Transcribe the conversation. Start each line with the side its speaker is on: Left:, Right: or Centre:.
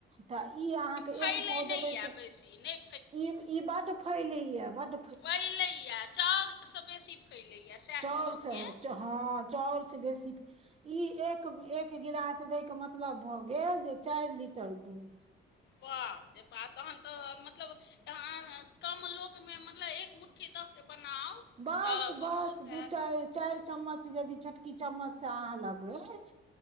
Right: त ई अहाँ के
Left: फैलै
Right: एक पाव
Left: नहि
Right: देबै
Left: यए
Right: त
Left: बेसी नहि
Right: इ ईब ई बड फैलैय बड
Left: फैलैय चाउर सँ बेसी फैलैए सएह
Right: चाउर
Left: कहयके
Right: से ह ह चाउर से बेसीक ई एक एक गिलास दय के मतलब भ गेल जे चाइर लीटर दूध
Left: वाह रे बाह तहन त मतलब तहन कम लोक में मतलब एक मु मुट्ठी द के बनाउ
Right: बस
Left: तऽ
Right: बस
Left: बहुत
Right: दू
Left: हैत
Right: चाइर चाइर चम्मच जदि छोटकी चम्मच से अहाँ लग अइछ